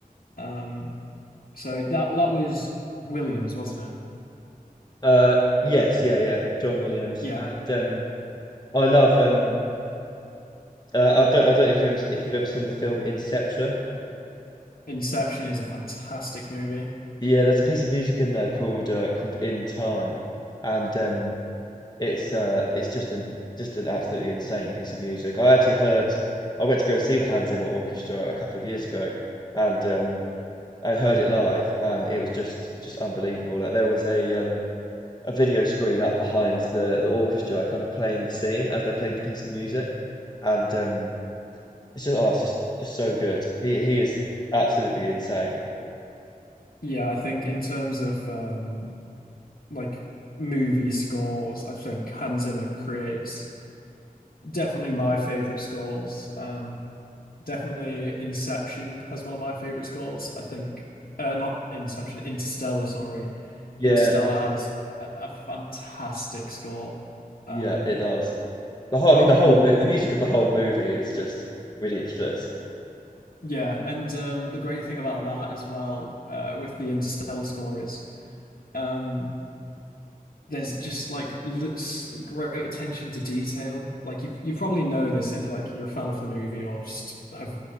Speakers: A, on the left (about 75°); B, on the left (about 30°).
A: Um, so that well, that was Williams, wasn't it?
B: that? Uh, yes, yeah, yeah, John Williams,
A: Yeah,
B: and um, I love um, uh, I don't I don't know if you've ever if you've ever seen the film Inception.
A: Inception is a fantastic movie.
B: Yeah, there's a piece of music in there called uh, called In Time, and um, it's uh, it's just an just an absolutely insane piece of music. I actually heard I went to go see the Hans Zimmer Orchestra a couple of years ago, and um, and heard it live, and it was just just unbelievable. Like there was a um, a video screen up behind the the orchestra, kind of playing the scene as they played the piece of music, and um, it's just oh, it's just just so good. He he is absolutely insane.
A: Yeah, I think in terms of um like movie scores, I think Hans Zimmer creates definitely my favorite scores. Um definitely Inception has one of my favorite scores. I think uh not Inception, Interstellar, sorry.
B: Yeah,
A: Interstellar
B: That's
A: has
B: a,
A: a, a fantastic score. Um
B: yeah, it does. The whole,
A: I
B: I mean,
A: would
B: the
A: have
B: whole
A: l
B: mo the music of the whole movie is just ridiculous.
A: yeah, and um the great thing about that as well uh with the Interstellar score is um there's just like li- great attention to detail. Like you, you probably know this if like you're a fan of the movie or just have